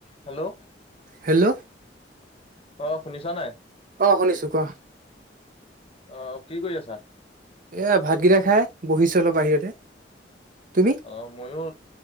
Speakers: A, on the left (about 35°); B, on the right (about 50°).
A: Hello
B: hello
A: আহ শুনিছা নাই?
B: অ শুনিছোঁ কোৱা।
A: অ কি কৰি আছা?
B: এইয়া ভাতকেইটা খাই বহিছোঁ অলপ বাহিৰতে। তুমি?
A: অ', মইয়ো